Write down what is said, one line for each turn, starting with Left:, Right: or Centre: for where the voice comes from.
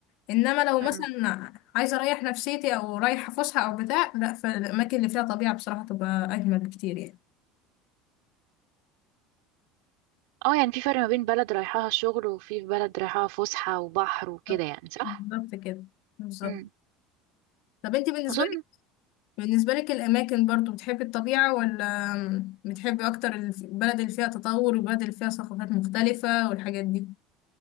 Left: إنما لو
Right: امم
Left: مثلا عايزة أريح نفسيتي أو رايحة فسحة أو بتاع لأ فالأماكن اللي فيها طبيعة بصراحة تبقى أجمل بكتير يعني
Right: اه يعني في فرق ما بين بلد رايحاها شغل وفي بلد رايحاها فسحة وبحر وكده
Left: بالظبط
Right: يعني صح
Left: بالظبط كده بالظبط
Right: امم
Left: طب انت بالنسبة
Right: اظن
Left: بالنسبة لك الأماكن برضو بتحبي الطبيعة ولا بتحبي أكتر الف- البلد اللي فيها تطور والبلد اللي فيها ثقافات مختلفة والحاجات دي